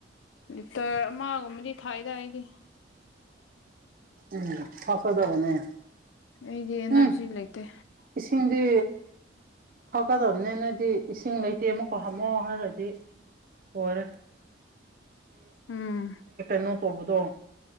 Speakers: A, on the left; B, on the right.
A: ꯂꯤꯇꯔ ꯑꯃꯒꯨꯝꯕꯗꯤ ꯊꯥꯏꯗꯥꯏꯗꯤ
B: ꯎꯝ ꯐꯁꯥꯏꯗꯕꯅꯦ
A: ꯑꯩꯗꯤ ꯑꯦꯅꯔꯖꯤ
B: ꯎꯝ
A: ꯂꯩꯇꯦ
B: ꯏꯁꯤꯡꯁꯤꯡꯗꯤ ꯊꯣꯛꯀꯗꯕꯅꯤ ꯅꯣꯏꯗꯤ ꯏꯁꯤꯡ ꯂꯩꯇꯦ ꯑꯃꯨꯛꯀꯣ ꯍꯥꯝꯃꯛ ꯍꯥꯏꯔꯗꯤ ꯑꯣꯏꯔ
A: ꯎꯝ
B: ꯩꯅꯣ ꯇꯗꯣ